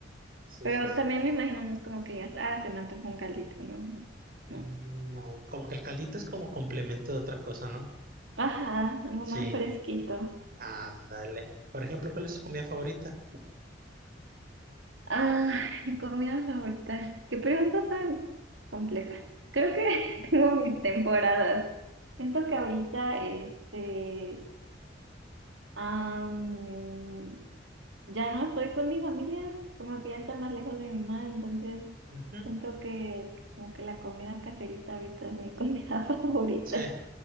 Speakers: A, on the right (about 50°); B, on the right (about 85°).
A: Sí,
B: Pero
A: sí, sí.
B: también me imagino, no es como que digas, ah, se me antojó un caldito, no,
A: No,
B: no.
A: como que el caldito es como complemento de otra cosa, ¿no?
B: Ajá, algo
A: Sí,
B: más fresquito.
A: ándale. Por ejemplo, ¿cuál es su comida favorita?
B: Ah, mi comida favorita. Qué pregunta tan compleja. Creo que <laughs> tengo mis temporadas. Siento que ahorita, este. Am, ya no estoy con mi familia, como que ya está más lejos de mi mamá, entonces
A: Ujú,
B: siento que como que la comida caserita ahorita es mi comida <laughs> favorita.
A: Sí,